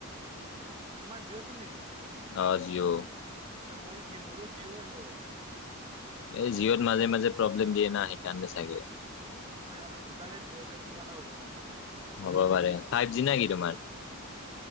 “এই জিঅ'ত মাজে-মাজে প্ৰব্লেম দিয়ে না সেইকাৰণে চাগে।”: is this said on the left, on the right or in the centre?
Left